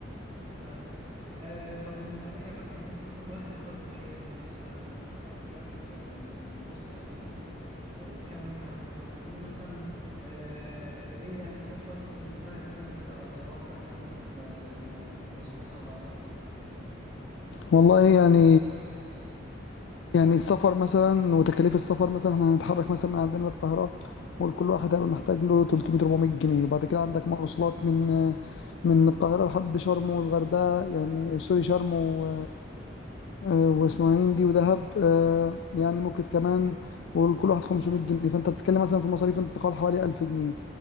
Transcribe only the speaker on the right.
طيب آه طب الميزانيه مثلا ممكن كل واحد يحط كام مثلا نحط كام لل- لل- لل- للفسحه الجميله دي او الكام يوم اللي هناخدهم وايه مثلا آه ايه يعني انت تحط من دماغك كام كده او تتوقع كام ممكن آه نظبطها مع بعض